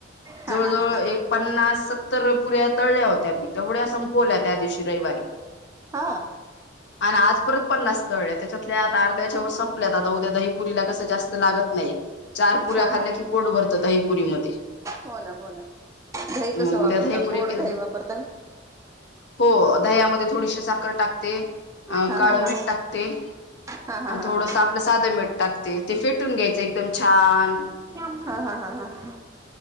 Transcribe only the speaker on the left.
जवळ
जवळ
एक पन्नास तर पुऱ्या तळल्या होत्या मी तेवढ्या संपवल्या त्या दिवशी रविवारी
आणि आज परत पन्नास तळल्या त्याच्यातल्या आता अर्ध्याच्या वर संपल्यात आता उद्या दहीपुरीला कसं जास्त लागत नाही चार पुऱ्या
खाल्ल्या
की पोट भरतं दहीपुरीमध्ये
मग
उद्या दहीपुरी
केलं
हो दह्यामध्ये थोडीशी साखर टाकते. अ
काळं
मीठ टाकते
आणि थोडंस
आपलं साधं मीठ टाकते ते फेटून घ्यायचं एक एकदम छान